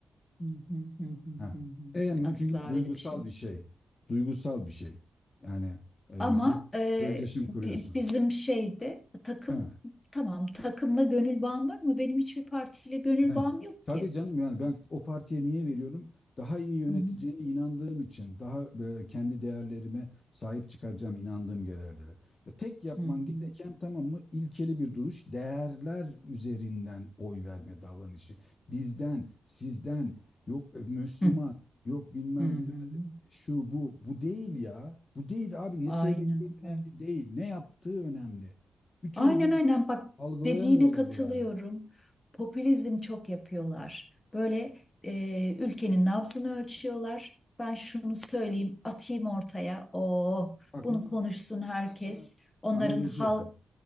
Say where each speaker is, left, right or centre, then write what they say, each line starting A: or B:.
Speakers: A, on the left (about 25°); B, on the left (about 40°).
A: hı hı, hı hı,
B: Ha.
A: hı hı.
B: E, ama
A: Asla
B: çünkü bu duygusal
A: öyle bir şey. yok.
B: bir şey. Duygusal bir şey. Yani e,
A: Ama
B: bir
A: e,
B: özdeşim
A: bi-
B: kuruyorsun.
A: bizim şeyde takım
B: Ha.
A: tamam takımla gönül bağım var ama benim hiçbir partiyle gönül
B: ha.
A: bağım yok
B: Tabii
A: ki.
B: canım yani ben o partiye niye veriyorum? Daha iyi yöneteceğine
A: Hı hı,
B: inandığım için, daha e, kendi değerlerime sahip çıkaracağım inandığım değerlere. Ya tek yapman
A: hı hı,
B: gereken tamam mı? İlkeli bir duruş, değerler üzerinden oy verme davranışı. Bizden, sizden, yok e, Müslüman,
A: hı
B: yok bilmem
A: hı, hı hı.
B: şu bu bu değil ya. Bu değil abi
A: Aynen
B: ne söylediği önemli
A: öyle.
B: değil. Ne yaptığı önemli. Bir türlü
A: Aynen
B: bunu
A: aynen bak
B: algılayamıyorlar
A: dediğine katılıyorum.
B: yani.
A: Popülizm çok yapıyorlar. Böyle e, ülkenin nabzını ölçüyorlar. Ben şunu söyleyeyim, atayım ortaya. Oh,
B: Bak
A: bunu
B: bunu
A: konuşsun
B: ben,
A: herkes.
B: ben sana
A: Onların
B: analoji
A: hal...
B: yapayım.